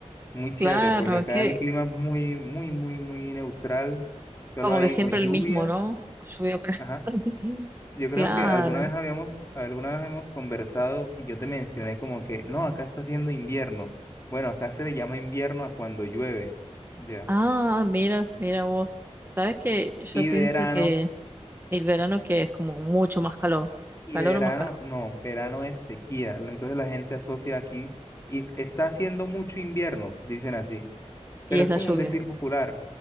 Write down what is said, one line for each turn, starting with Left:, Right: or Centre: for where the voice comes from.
Left: Muy chévere,
Right: Claro,
Left: porque acá
Right: que
Left: el clima es muy, muy, muy, muy neutral. Solo
Right: como
Left: hay
Right: que siempre
Left: o lluvia.
Right: el mismo, ¿no? Llovió cada-
Left: Ajá.
Right: <laughs>
Left: Yo creo
Right: Claro.
Left: que alguna vez habíamos, alguna vez hemos conversado y yo te mencioné como que, no, acá está haciendo invierno. Bueno, acá se le llama invierno a cuando llueve. Ya.
Right: Ah, mira, mira vos. ¿Sabes que Yo
Left: Y
Right: pienso
Left: verano,
Right: que el verano que es como mucho más calor,
Left: y
Right: calor
Left: verano,
Right: o más calor,
Left: no, verano es sequía. Entonces la gente asocia aquí y está haciendo mucho invierno, dicen así. pero
Right: y es
Left: es
Right: la
Left: como
Right: lluvia.
Left: un decir popular,